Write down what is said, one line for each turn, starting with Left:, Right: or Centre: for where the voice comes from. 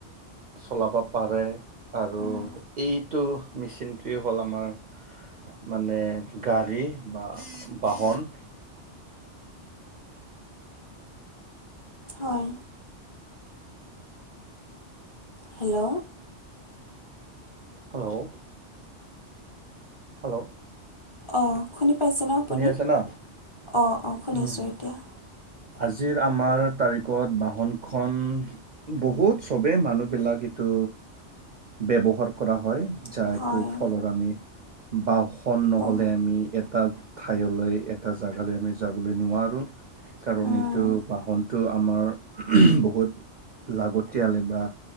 Right: চলাব পাৰে আৰু
Left: উম,
Right: এইটো মেচিনটোৱেই হ'ল আমাৰ মানে গাড়ী বা বাহন।
Left: হয়। হেল্লো'?
Right: Hello hello?
Left: অ শুনি পাইছে ন আপুনি?
Right: আছে না
Left: অ অ শুনিছোঁ
Right: উম
Left: এতিয়া।
Right: আজিৰ আমাৰ তাৰিখত বাহনখন বহুত চবেই মানুহবিলাক এইটো ব্যৱহাৰ কৰা হয়।
Left: হয়
Right: যাৰ এইটো ফলত আমি বাহন নহ'লে
Left: বহ
Right: আমি এটা ঠাইলৈ এটা জেগালৈ আমি যাবলৈ নোৱাৰোঁ। কাৰণ
Left: উম,
Right: এইটো বাহনটো টো আমাৰ বহুত লাগতিয়াল বা